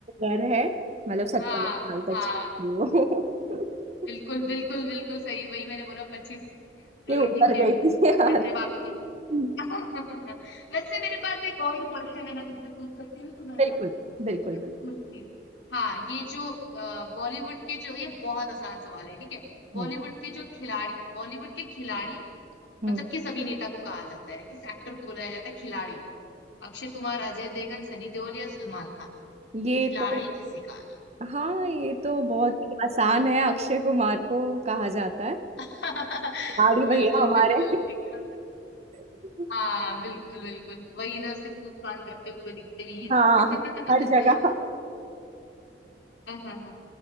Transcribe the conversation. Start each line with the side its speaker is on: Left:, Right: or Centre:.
Right: ईयर है मतलब सत्ताईस
Left: हाँ
Right: साल तक
Left: हाँ
Right: चलती है वो <laughs>
Left: बिल्कुल बिल्कुल बिल्कुल सही वही मैंने बोला पच्चीस चलो
Right: ये ऊपर
Left: ठीक है
Right: गई थी यार
Left: वैसे अब आपकी
Right: हम्म,
Left: <laughs> वैसे मेरे पास एक और क्वेश्चन है मैं तुमसे पूछ सकती हूँ तो मैं
Right: बिल्कुल
Left: हाँ, ठीक
Right: बिल्कुल
Left: है मैं
Right: बिल्कुल
Left: पूछती हूँ हाँ ये जो बॉलीवुड के जो ये बहुत आसान सवाल है ठीक है बॉलीवुड
Right: हम्म
Left: के जो खिलाड़ी बॉलीवुड के खिलाड़ी
Right: हम्म।
Left: मतलब किस अभिनेता को कहा जाता है किस एक्टर को बुलाया जाता है खिलाड़ी अक्षय कुमार अजय देवगन सनी देओल या सलमान खान
Right: ये
Left: खिलाड़ी
Right: तो
Left: किसे कहा
Right: हाँ ये तो बहुत ही आसान है अक्षय कुमार को कहा जाता है
Left: हाँ। <laughs>
Right: लाड़ी भैया
Left: बिल्कुल
Right: हमारे
Left: बिल्कुल एकदम
Right: <laughs>
Left: हाँ बिल्कुल बिल्कुल वही इधर से कूद फान करते हुए दिखते भी हैं
Right: हाँ हर जगह
Left: <laughs> हाँ हाँ हाँ।